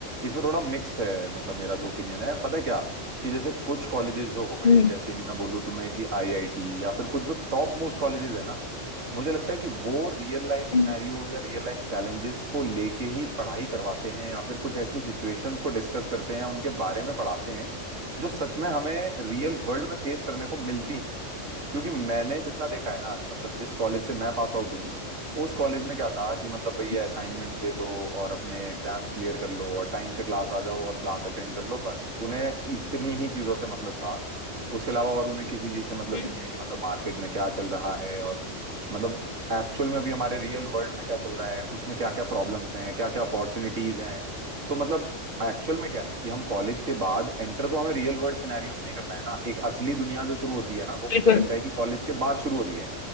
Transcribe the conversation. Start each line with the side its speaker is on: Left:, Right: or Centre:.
Right: इसमें थोड़ा मिक्स है मतलब मेरा जो ओपिनियन है पता है क्या कि जैसे कुछ कॉलेजेस जो हो गए
Left: हम्म
Right: जैसे कि मैं बोलूँ तुम्हें कि आईआईटी या फिर कुछ जो टॉप मोस्ट कॉलेजेस है ना मुझे लगता है कि वो रियल लाइफ सिनेरियोज
Left: हम्म,
Right: या रियल लाइफ चैलेंजेस को लेके ही पढ़ाई करवाते हैं या फिर कुछ ऐसी सिचुएशंस को डिस्कस करते हैं उनके बारे में पढ़ाते हैं जो सच में हमें रियल वर्ल्ड में फेस करने को मिलती हैं क्योंकि मैंने जितना देखा है ना मतलब जिस कॉलेज से मैं पास आउट हूँ उस कॉलेज में क्या था कि मतलब
Left: हम्म,
Right: भैया असाइनमेंट्स दे दो और अपने एग्जाम्स क्लियर कर लो और टाइम पे क्लास आ जाओ और क्लास अटेंड कर लो बस उन्हें इतनी ही चीजों से मतलब था उसके अलावा और उन्हें किसी चीज से मतलब
Left: हम्म,
Right: नहीं है कि मतलब मार्केट में क्या चल रहा है और मतलब एक्चुअल में भी हमारे रियल वर्ल्ड में क्या चल रहा है उसमें क्या क्या प्रॉब्लम्स हैं क्या क्या अपॉर्चुनिटीज हैं तो मतलब एक्चुअल में क्या है कि हम कॉलेज के बाद एंटर तो हमें रियल वर्ल्ड सिनेरियोज में ही करना है ना एक असली दुनिया जो शुरू होती है ना वो मुझे
Left: बिल्कुल
Right: लगता है कि कॉलेज के बाद शुरू हो रही है